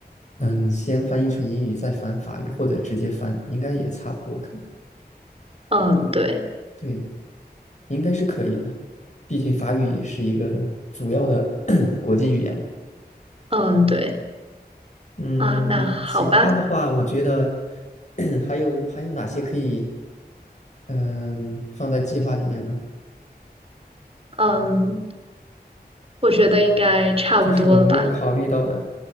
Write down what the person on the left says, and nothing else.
嗯，先翻译成英语，再翻法语，或者直接翻，应该也差不多，可能，
对，应该是可以的，毕竟法语也是一个主要的 <coughs> <clears throat> 国际语言嘛。
嗯，
其他的话，我觉得 <clears throat> 还有还有哪些可以嗯放在计划里面呢？
就是我们没有考虑到的。